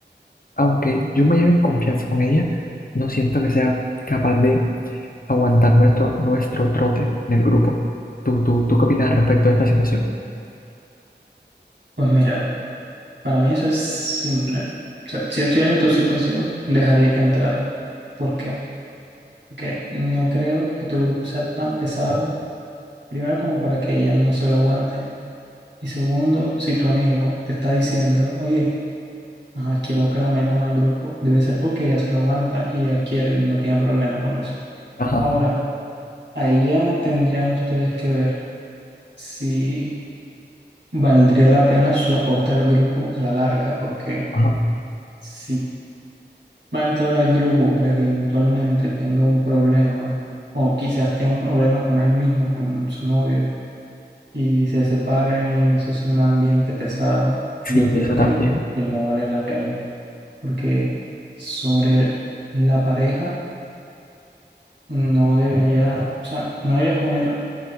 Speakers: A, on the left (about 55°); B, on the right (about 80°).
A: Aunque yo me lleve en confianza con ella, no siento que sea capaz de aguantar nuestro, nuestro trote en el grupo. ¿Tú, tú, tú qué opinas respecto a esta situación?
B: Pues mira, para mí eso es simple. O sea, si yo estuviera en tu situación, dejaría que entrara. ¿Por qué? Porque no creo que tu grupo sea tan pesado, primero como para que ella no se lo aguante. Y segundo, si tu amigo te está diciendo, oye, ajá, quiero que la metan al grupo, debe ser porque ella se lo aguanta y ella quiere y no tiene problema con eso.
A: Ajá,
B: Ahora, ahí ya tendrían ustedes que ver si valdría la pena su aporte al grupo a la larga, porque
A: ajá.
B: si va a entrar al grupo para que eventualmente tenga un problema, o quizás tenga un problema con él mismo, con su novio, y se separen y eso es un ambiente pesado,
A: Sí,
B: yo opino
A: eso
B: que
A: también.
B: no, que no vale la pena, porque sobre la pareja no debería, o sea, no deberías poner